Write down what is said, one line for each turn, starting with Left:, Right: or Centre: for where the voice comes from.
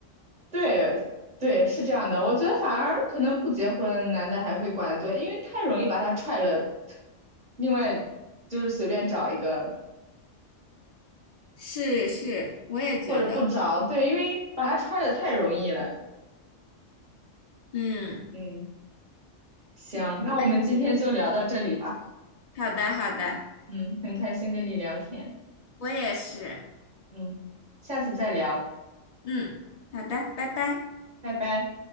Right: 对对，是这样的。我觉得反而可能不结婚，男的还会管得多，因为太容易把他踹了。另外就是随便找一个，
Left: 是是，我也觉得，
Right: 或者不找，对，因为把他踹了太容易了。
Left: 嗯，
Right: 嗯，行，
Left: 我我也觉得。
Right: 那我们今天就聊到这里吧。
Left: 好的好的，
Right: 嗯，很开心跟你聊天，
Left: 我也是，
Right: 嗯，下次再聊，
Left: 嗯，好的，拜拜。
Right: 拜拜。